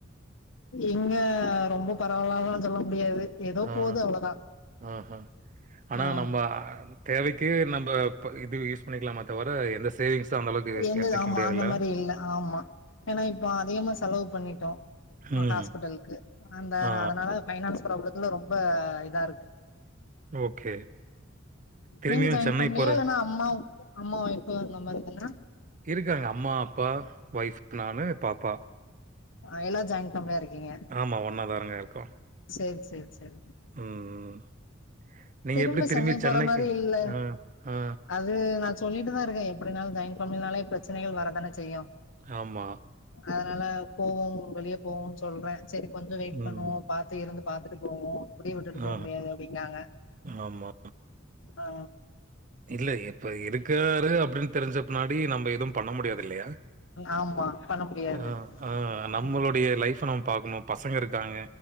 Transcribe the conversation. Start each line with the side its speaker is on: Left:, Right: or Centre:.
Left: இங்க ரொம்ப பரவால்லலா சொல்ல முடியாது ஏதோ
Right: ம்
Left: போது அவ்ளோதா
Right: ம் ஆனா
Left: ஆ
Right: நம்ம தேவைக்கு நம்ம ப இது யூஸ் பண்ணிக்கலாமா தவிர எந்த சேவிங்ஸு அந்தளவுக்கு
Left: எந்தது
Right: எடுத்துவைக்க
Left: ஆமா
Right: முடியாதுல்ல
Left: அந்த மாரி இல்ல ஆமா ஏன்னா இப்ப அதிகமா செலவு பண்ணிட்டோ
Right: ம்.
Left: ஹாஸ்பிட்டலுக்கு அந்த
Right: ஆ.
Left: அதனால பைனான்ஸ் ப்ராப்ளத்துல ரொம்ப இதா இருக்கு
Right: ஓகே திரும்பியும்
Left: நீங்க ஜாயின்
Right: சென்னை
Left: ஃபேமிலியா
Right: போற
Left: இல்னா அம்மா அம்மாவும் இப்ப இருந்த மாதிரி தானா
Right: இருக்காங்க அம்மா அப்பா ஒய்ஃப் நானு பாப்பா
Left: ஆ எல்லா ஜாயின் ஃபேமிலியா இருக்கீங்க
Right: ஆமா ஒன்னாதாரங்க இருக்கோ
Left: சேரி சேரி சேரி
Right: ம் ம் நீங்க
Left: திரும்ப
Right: எப்டி திரும்பி
Left: சென்னை
Right: சென்னைக்கு
Left: போற மாரி இல்ல
Right: ஆ ஆ
Left: அது நா சொல்லிட்டுதா இருக்கே எப்டினாலு ஜாயின் ஃபேமிலினாலே பிரச்சனைகள் வரதானே செய்யு
Right: ஆமா
Left: அதனால போவோ வெளிய போவோன்னு சொல்ற சேரி கொஞ்சோ வெயிட்
Right: ம்.
Left: பண்ணுவோ பாத்து இருந்து பாத்துட்டு போவோ இப்டியே விட்டுட்டு
Right: ஆ.
Left: போக முடியாது அப்டின்னாங்க
Right: ஆமா
Left: ஆ
Right: இல்ல இப்ப இருக்கராரு அப்டின்னு தெரிஞ்ச பின்னாடி நம்ம எதும் பண்ண முடியாது இல்லையா
Left: ஆமா பண்ண முடியாது
Right: ஆ, ஆ நம்மளுடைய
Left: ம்
Right: லைஃப்ப நம்ம பாக்கணு பசங்க இருக்காங்க